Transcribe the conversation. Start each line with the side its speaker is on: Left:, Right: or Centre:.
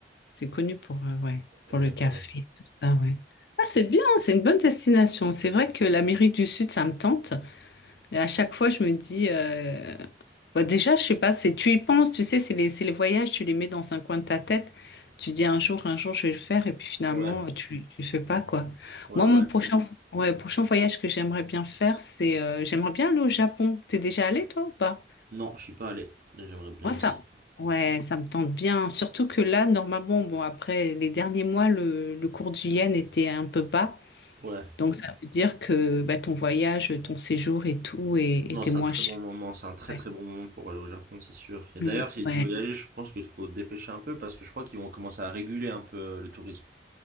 Left: C'est connu pour, euh, ouais, pour
Right: exactement.
Left: le café, tout ça, ouais. Ah, c'est bien, c'est une bonne destination. C'est vrai que l'Amérique du Sud, ça me tente, mais à chaque fois, je me dis, euh, bah, déjà, je sais pas, c'est, tu y penses, tu sais, c'est les, c'est les voyages, tu les mets dans un coin de ta tête, tu dis un jour, un jour, je vais le faire, et puis finalement,
Right: Ouais,
Left: tu, tu le fais pas, quoi.
Right: ouais,
Left: Moi,
Right: ouais.
Left: mon prochain, ouais, prochain voyage que j'aimerais bien faire, c'est, euh, j'aimerais bien aller au Japon. T'es déjà allé, toi, ou pas?
Right: Non, je suis pas allé, j'aimerais bien
Left: moi ça,
Right: aussi.
Left: ouais, ça me tente bien. Surtout que là, normalement, bon, après les derniers mois, le, le cours du yen était un peu bas.
Right: Ouais.
Left: Donc, ça veut dire que bah, ton voyage, ton séjour et tout est-
Right: Non,
Left: était
Right: c'est
Left: moins
Right: un très
Left: cher.
Right: bon moment, c'est un très
Left: Ouais.
Right: très bon moment pour aller au Japon, c'est sûr. Et d'ailleurs,
Left: Mm,
Right: si
Left: ouais.
Right: tu veux y aller, je pense qu'il faut te dépêcher un peu, parce que je crois qu'ils vont commencer à réguler un peu le tourisme.